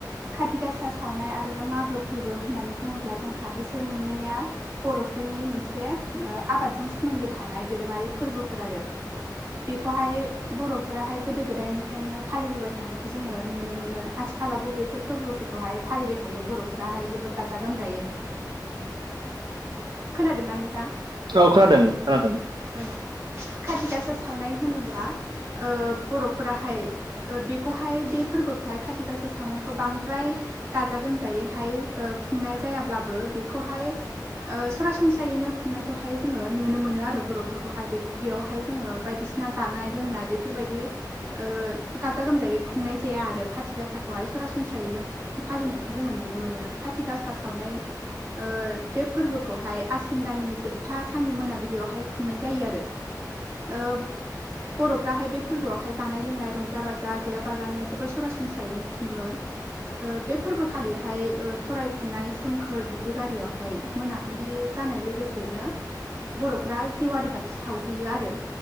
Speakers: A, on the right (about 35°); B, on the right (about 75°).
A: खाथि गासा सावनाय आरो मागो फोरबो होननानै बुङोब्ला जोंहा बिसोर मोननैया बर'फोरनि मोनसे ओ आबादजों सोमोन्दो थानाय दोरोङारि फोरबोफोर आरो बेखौहाय बर'फोराहाय गोदो गोदायनिफ्रायनो फालिबोबाय थानायखौ जोङो नुनो मोनो आथिखालावबो बेफोर फोरबोफोरखौहाय फालिबाय थायो बर'फोराहाय जोबोर गाजा गोमजायै खोनादोंना नोंथां?
B: औ खोनादों खोनादों
A: औ खाथि गासा सावनाय होनोब्ला ओ बर'फोराहाय ओ बेखौहाय बे फोरबोखौहाय खाथि गासा सावनायखौ बांद्राय गाजा गोमजायैहाय ओ खुंनाय जायाब्लाबो बेखौहाय ओ सरासनस्रायैनो खुंनायखौहाय जोङो नुनो मोनो आरो बर'फोरखौहाय बेयावहाय जोङो बायदिसिना जानाय लोंनाय बेफोरबायदि ओ गाजा गोमजायै खुंनाय जाया आरो खाथि गासाखौहाय सरासनस्रायैनो फालिनायखौ जोङो नुनो मोनो खाथि गासा सावनाय ओ बे फोरबोखौहाय आसिन दाननि जोबथा साननि मोनाबिलियावहाय खुंनाय जायो आरो ओ बर'फ्राहाय बे फोरबोआवहाय जानाय लोंनाय रंजा बाजा गैयाबालानो जोबोर सरासनस्रायैनो खुङो ओ बे फोरबोखालिहाय ओ थरायफुनाय सोमखोर दुब्लि बारियावहाय मोनाबिलि जानाय लोगोसेनो बर'फ्रा जेवारि बाथि सावहैयो आरो